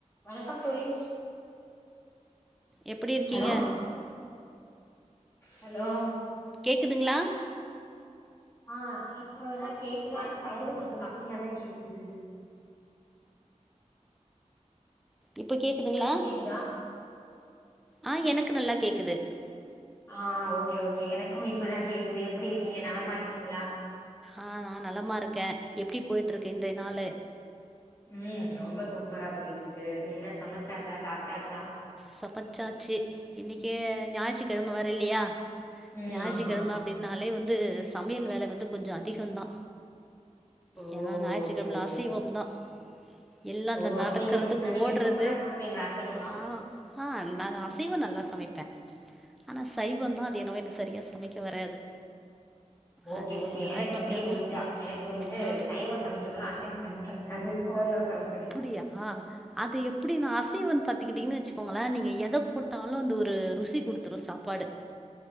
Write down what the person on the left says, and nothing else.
வணக்கம் தோழி
ஹலோ ஹலோ
ஆ இப்போதா கேக்குது ஆனா சவுண்ட் கொஞ்சோ கம்மியாதா கேக்குது
உங்களுக்கு கேக்குதா
ஆ ஓகே ஓகே எனக்கும் இப்பதா கேக்குது எப்டி இருக்கீங்க நலமா இருக்கீங்ளா
ம் ரொம்ப சூப்பரா போயிட்ருக்கு என்ன சமச்சாச்சா சாப்டாச்சா
ம்
ஆமா
ஓ
ஓகே ஓகே
ஓ
அசைவம் நீங்க
சூப்பரா சமைப்பீங்களா அசைவம்லா
ஓகே
ஓகே
எனக் அப்டியே உல்டா எனக் இப்ப வந்துட்டு
சைவோ சமைக்கோனா அசைவோ சமைக்க வராது ஓர்ளவு சமைப்ப